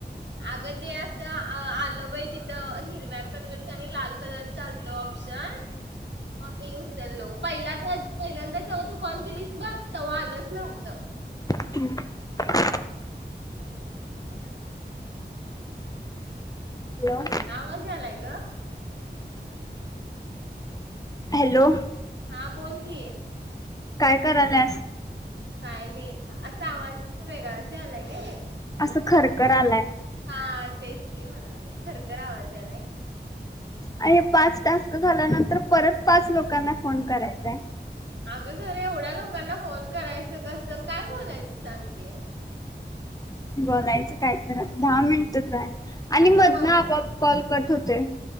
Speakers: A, on the right (about 80°); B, on the left (about 20°).
A: अगं ते आसं आलं बाई तिथं हिरव्या कलरच आणि लाल कलरच आलत ऑप्शन म मी उचललो पहिल्यांदा पहिल्यांदा जवा तू कॉल केलीस बघ तवा आलंच नव्हतं.
B: <inaudible>
A: बोल की काय करत्या
B: हॅलो
A: कसला आवाज यालाय गं
B: हॅलो
A: हां बोल की
B: काय कराल्यासं
A: काय नाही आसा आवाजच वेगळाच आलाय कनी
B: असं खरखरलाय.
A: हा तेच की म्हणालोय खरखर आवाज यालाय.
B: आणि हे पाच टास्क झाल्यानंतर परत पाच लोकांना फोन करायचा आहे.
A: आग खरं एवढ्या लोकांना फोन करायचं कसं काय बोलायचं सांग की
B: बोलायचं काय तर दहा मिनिट तर हाय आणि
A: आता
B: मधन,
A: मला
B: आपोआप कॉल. कट होतोय.